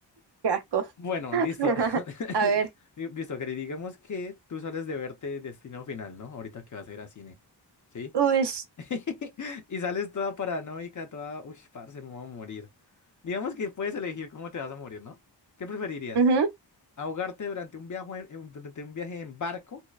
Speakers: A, on the right (about 70°); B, on the left (about 45°).
A: qué asco.
B: Bueno,
A: <laughs>
B: listo.
A: A
B: <laughs>
A: ver,
B: Digo, Listo, querido, digamos que tú sales de verte Destino Final, ¿no? Ahorita que vas a ir a cine. ¿Sí?
A: uy,
B: <laughs> Y sales toda paranoica, toda, uy, parce, me voy a morir. Digamos que puedes elegir cómo te vas a morir, ¿no? ¿Qué preferirías?
A: ujú,
B: ¿Ahogarte durante un viaje en, en- durante un viaje en barco?